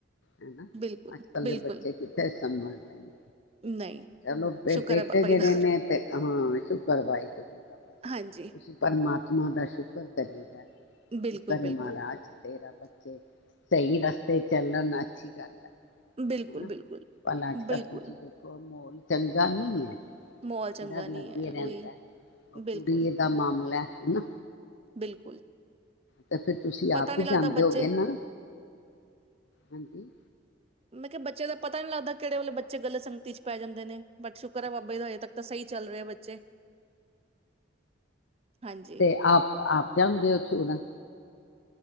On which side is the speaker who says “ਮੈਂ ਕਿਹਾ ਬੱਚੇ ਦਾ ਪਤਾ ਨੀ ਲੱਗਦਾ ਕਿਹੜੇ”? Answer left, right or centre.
Right